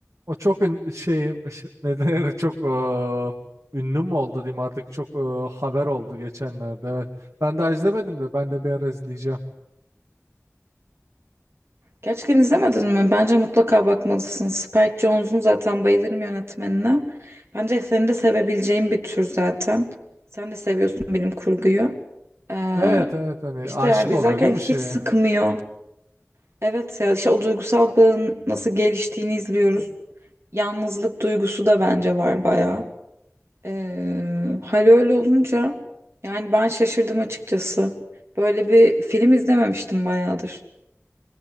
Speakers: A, on the right (about 75°); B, on the right (about 55°).
A: O çok ün şey şey- ne denir <laughs> çok eee, ünlü mü oldu diyeyim artık çok eee, haber oldu geçenlerde evet. Ben daha izlemedim de ben de bir ara izleyeceğim.
B: Gerçekten izlemedin mi? Bence mutlaka bakmalısın. Spike Jonze'un zaten bayılırım yönetmenine. Bence senin de sevebileceğin bir tür zaten. Sen de seviyorsun bilim kurguyu. Ee,
A: Evet evet hani
B: işte
A: aşık
B: yani
A: oluyor
B: izlerken
A: değil mi
B: hiç
A: şeye?
B: sıkmıyor. Evet ya işte o duygusal bağın nasıl geliştiğini izliyoruz. Yalnızlık duygusu da bence var bayağı. Ee, hal öyle olunca yani ben şaşırdım açıkçası. Böyle bir film izlememiştim bayağıdır.